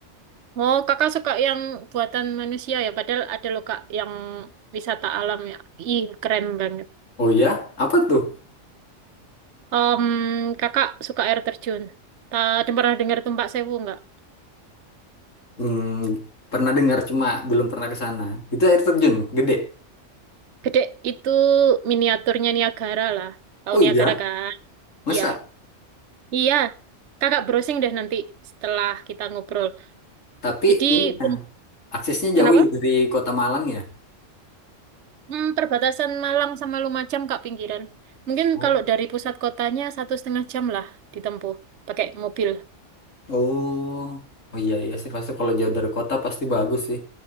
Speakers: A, on the right; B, on the left.
A: Oh, Kakak suka yang buatan manusia ya, padahal ada loh Kak yang wisata alam ya. Ih, keren banget.
B: Oh iya, apa tuh?
A: Em, kakak suka air terjun. Tadi pernah dengar Tumpak Sewu nggak?
B: Hmm, pernah dengar cuma belum pernah ke sana. Itu air terjun gede.
A: Gede itu miniaturnya Niagara lah. Tahu
B: Oh iya,
A: Niagara kan?
B: masa?
A: Iya. Iya. Kakak browsing deh nanti setelah kita ngobrol.
B: Tapi
A: Jadi,
B: ini nah,
A: Tum-
B: aksesnya
A: kenapa?
B: jauh ya dari Kota Malang ya?
A: Hmm, perbatasan Malang sama Lumajang, Kak, pinggiran. Mungkin
B: Oh.
A: kalau dari pusat kotanya satu setengah jam lah ditempuh pakai mobil.
B: Oh, oh iya iya sih pasti kalau jauh dari kota pasti bagus sih.